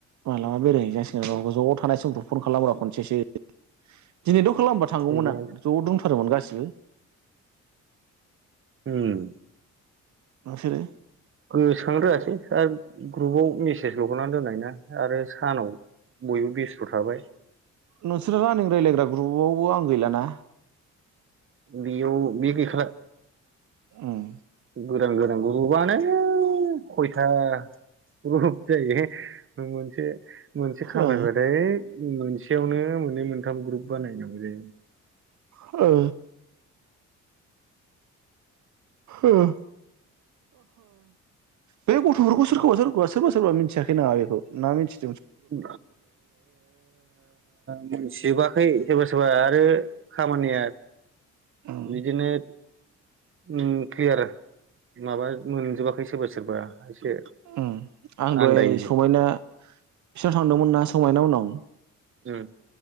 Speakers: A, on the right; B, on the right.
A: मालाबा बेरायहैजासिगोन ज ज' थानाय समफ्राव खल खालामब्रा खनसेसो दिनैथ' खालामबा थांगौमोन
B: सैमायानो
A: आं ज' दं दंमोन गासिबो
B: होम
A: नोंसोरो
B: गोसोखांनो रोङासै आरो ग्रुपाव मेसेज ल हरना दोननाय ना आरो सानाव बयबो बेस्थ' थाबाय
A: नोंसोरो रानिं रायज्लायग्रा ग्रुपआवबो आं गैलाना
B: बेयाव बेयो गैखाला
A: ओम
B: गोदान गोदान ग्रुपानो खयथा ग्रुप जायो मोनसे मोनसे खामायबाथाय
A: ओ
B: मोनसेयावनो मोननै मोनथाम ग्रुप बानायनांगौ जायो
A: हो ओहो बे गथ'फोरखौ सोरखौबा सोरखौबा सोरबा सोरबा मिथियाखै नामा बेखौ ना मिथियो
B: ओ मोनथिजोबा सोरबा सोरबा आरो खामानिया
A: उम
B: बिदिनो ओम क्लियार माबा मोनजोबाखै सोरबा सोरबा एसे
A: ओम आं दहाय
B: आन्दायो
A: समायना बिसिनाव थांदोंमोन ना समायना मोननाव
B: जोङो